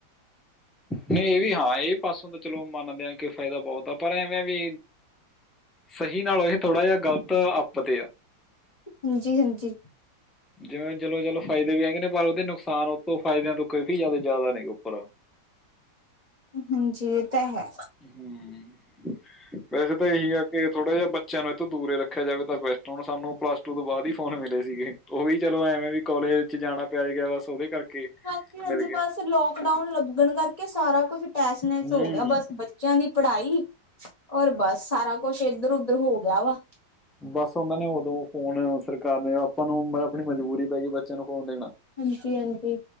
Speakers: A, in the centre; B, on the left.
A: ਨਹੀਂ ਇਹ ਵੀ ਹਾਂ, ਇਹ ਪਾਸੋਂ ਤਾਂ ਚਲੋ ਮੰਨਦੇ ਆ ਕਿ, ਫਾਇਦਾ ਬਹੁਤ ਆ, ਪਰ ਐਵੇਂ ਵੀ, ਸਹੀ ਨਾਲ ਇਹ ਥੋੜਾ ਜਿਹਾ ਗ਼ਲਤ ਅਤੇ, ਆ
B: ਹਾਂਜੀ- ਹਾਂਜੀ।
A: ਜਿਵੇਂ ਚਲੋ, ਚਲੋ, ਫਾਇਦੇ ਵੀ ਹੈਗੇ ਨੇ, ਬਾਰ ਦੇ ਨੁਕਸਾਨ ਤੇ, ਉੱਪਰ ਫਾਇਦੇ ਆ ਤੋ, ਕਾਫੀ ਜਿਆਦਾ ਨੇ ਉੱਪਰ
B: ਹਾਂਜੀ। ਇਹ ਤਾ, ਹੈ।
A: ਹੂੰ, ਹੂੰ ਵੈਸੇ ਤਾਂ ਇਹੀ ਆ ਕੇ, ਥੋੜਾ ਜਿਹਾ ਬੱਚਿਆਂ ਨੂੰ ਤੋਂ, ਦੂਰੇ ਰੱਖਿਆ ਜਾਵੇ ਤਾਂ, ਬੈਸਟ ਹੁਣ ਸਾਨੂੰ ਪਲੱਸ ਟੂ ਤੋਂ, ਬਾਅਦ ਹੀ ਫੋਨ ਮਿਲੇ ਸੀਗੇ। ਉਹ ਵੀ ਚਲੋ, ਐਵੇਂ ਵੀ ਕੋਲਜ'ਚ ਜਾਣਾ। ਪੈ ਗਿਆ। ਉਹਦੇ ਕਰਕੇ
B: ਹਾਂਜੀ -ਹਾਂਜੀ,
A: ਮਿਲ ਗਏ
B: ਬਾਸ ਲੌਕਡਾਊਨ ਲੱਗਣ ਕਰਕੇ ਸਾਰਾ ਕੁਛ ਤੈਸਨੈਸ
A: ਹੂੰ
B: ਹੋ ਗਿਆ, ਬਸ। ਬੱਚਿਆਂ ਦੀ ਪੜ੍ਹਾਈ ਔਰ ਬ ਸਾਰਾ ਕੁਛ, ਇੱਧਰ- ਉਧਰ ਹੋ ਗਿਆ ਵਾ।
A: ਬਸ ਉਹਨਾਂ ਨੇ ਉਦੋਂ ਫੋਨ ਸਰਕਾਰ ਨੇ, ਆਪਾਂ ਨੂੰ ਆਪਣੀ ਮਜਬੂਰੀ ਪੈ ਗਈ ਬੱਚਿਆਂ ਨੂੰ ਫੋਨ ਦੇਣਾ
B: ਹਾਂਜੀ- ਹਾਂਜੀ।